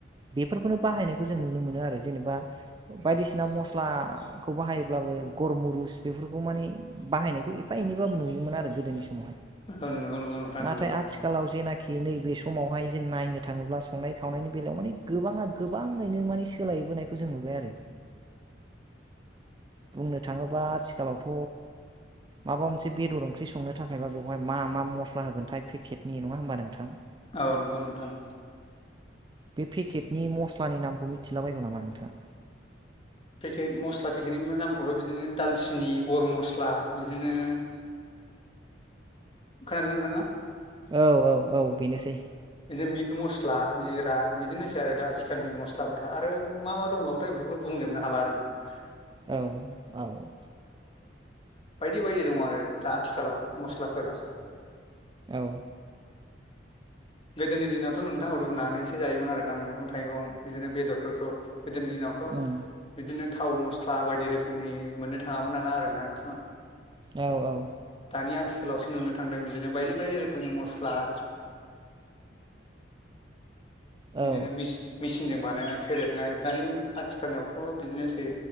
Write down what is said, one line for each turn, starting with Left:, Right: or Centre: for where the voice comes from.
Right: बेफोरखौनो बाहायनायखौ जों नुनो मोनो आरो जेनेबा बायदिसिना मस्लाखौ बाहायोब्लाबो गरमुरुस बेफोरखौ माने बाहायनायखौ एफा एनैबाबो नुयोमोन आरो गोदोनि समावहाय।
Left: हो नोंगौ नोंगौ नोंथां
Right: नाथाय
Left: नोंगौ।
Right: आथिखालाव जेनाखि नैबे समावहाय जों नायनो थाङोब्ला संनाय खावनायनि बेलायाव माने गोबाङा गोबाङैनो माने सोलाय बोनायखौ जों नुबाय आरो।
Left: <inaudible>
Right: बुंनो थाङोबा आथिखालावथ' माबा मोनसे बेदर ओंख्रि संनो थाखायबा बेवहाय मा मा मस्ला होगोनथाय पेकेटनि नङा होमबा नोंथां?
Left: औ नंगौ नोंथां।
Right: बे पेकेटनि मस्लानि नामखौ मिथिला बायगौ नामा नोंथां?
Left: पेकेट मस्ला पेकेटनि नामखौथ' बिदिनो दालसिनि, गरम मस्ला बिदिनो खोनादों ना नोंथाङा?
Right: औ औ औ बेनोसै।
Left: बिदिनो मिट मस्ला, जिरा बिदिनोसै आरो दा आथिखालनि मस्लाफोरा आरो मा मा दंबावोथाय खौबो बुंजोबनो हाला आरो नोंथां।
Right: औ औ।
Left: बायदि-बायदि दङ आरो दा आथिखालाव मस्लाफोरा।
Right: औ।
Left: गोदोनि दिनावथ' नोंथां रुनानैसो जायोमोन आरोना मैगं थाइगं बिदिनो बेदरफोरखौ गोदोनि दिनाव थ'
Right: उम
Left: बिदिनो थाव मस्ला बायदि रोखोमनि मोननो थाङामोन नाला आरोना नोंथां
Right: औ-औ
Left: दानि आथिखालावसो नुनो थांदों बिदिनो बायदि बायदि रोखोमनि मस्ला आरो
Right: औ
Left: बिदिनो मिस- मिस सिनजों बानायनाय फेदेरदनाय दानि आथिखालावथ' बिदिनोसै